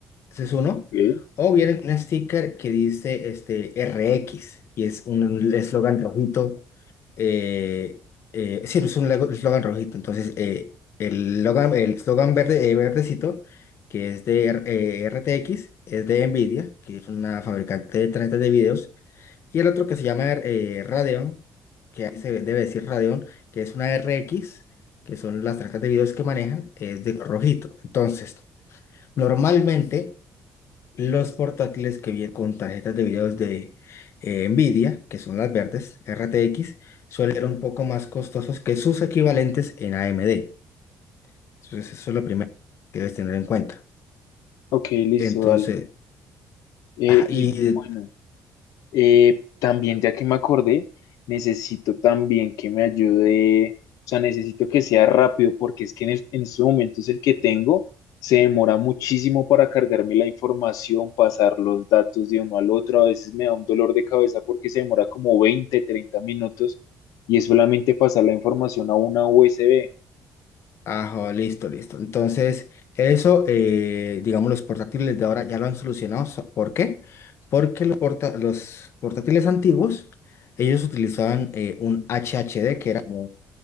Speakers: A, on the left; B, on the left.
A: Ese es uno.
B: Ok,
A: O viene un sticker que dice este R X y es un eslogan rojito. Eh, eh, sí, es un lego- eslogan rojito. Entonces, eh, el logan- el eslogan verde, eh, verdecito, que es de R- eh, R T X es de Nvidia, que es una fabricante de tarjetas de videos. Y el otro que se llama eh, Radeon, que ahí se debe decir Radeon, que es una R X que son las tarjetas de videos que manejan, es de color rojito. Entonces, normalmente. Los portátiles que vienen con tarjetas de videos de eh, Nvidia, que son las verdes, RTX, suelen ser un poco más costosos que sus equivalentes en AMD. Entonces, eso es lo primero que debes tener en cuenta.
B: Ok, listo,
A: Entonces,
B: dale. Eh,
A: ah,
B: y
A: y
B: bueno. Eh, también, ya que me acordé, necesito también que me ayude, o sea, necesito que sea rápido porque es que en, es- en estos momentos el que tengo se demora muchísimo para cargarme la información, pasar los datos de uno al otro, a veces me da un dolor de cabeza porque se demora como 20 30 minutos y es solamente pasar la información a una USB.
A: Ajá, listo, listo. Entonces, eso, eh, digamos, los portátiles de ahora ya lo han solucionado. So- ¿Por qué? Porque los, porta- los portátiles antiguos, ellos utilizaban eh, un HHD, que era como